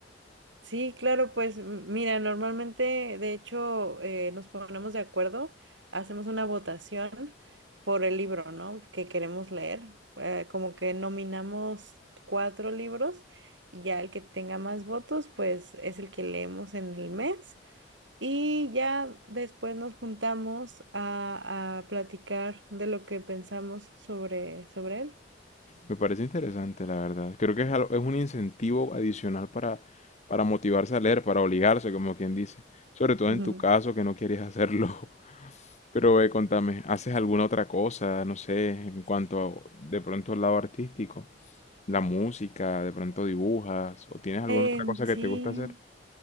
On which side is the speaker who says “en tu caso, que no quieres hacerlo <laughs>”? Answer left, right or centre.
Left